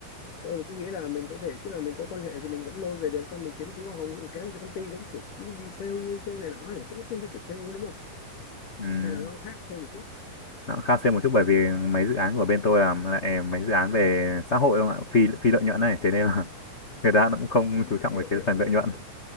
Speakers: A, on the left; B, on the left.
A: tôi cũng nghĩ là mình có thể tức là mình có quan hệ thì mình vẫn lôi về được xong mình kiếm tí hoa hồng mình kéo về cho công ty giống kiểu cũng đi sale sale này nọ ấy cái lúc cái kiểu sale ấy, đúng không
B: Ừ,
A: hay là nó khác sale một chút
B: nó cũng khá xem một chút bởi vì mấy dự án của bên tôi là lại mấy dự án về xã hội không ạ, phi phi lợi nhuận này, thế nên là <laughs> người ta
A: à,
B: cũng không
A: à
B: chú trọng
A: hiểu
B: về cái
A: hiểu
B: phần lợi
A: hiểu
B: nhuận.
A: hiểu